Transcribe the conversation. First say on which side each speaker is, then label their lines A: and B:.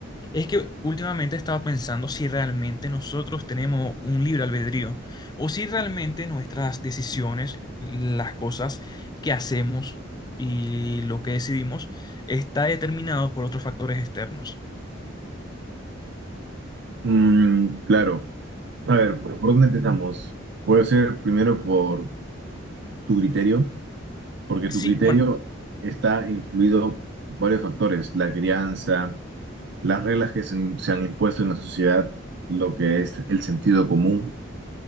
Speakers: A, on the left; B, on the right.
A: es que últimamente he estado pensando si realmente nosotros tenemos un libre albedrío o si realmente nuestras decisiones, las cosas que hacemos y lo que decidimos está determinado por otros factores externos.
B: Mm, claro. A ver, ¿por dónde empezamos? Puede ser primero por tu criterio, porque
A: Sí,
B: tu criterio
A: bueno.
B: está influido por varios factores, la crianza, las reglas que se, se han impuesto en la sociedad, lo que es el sentido común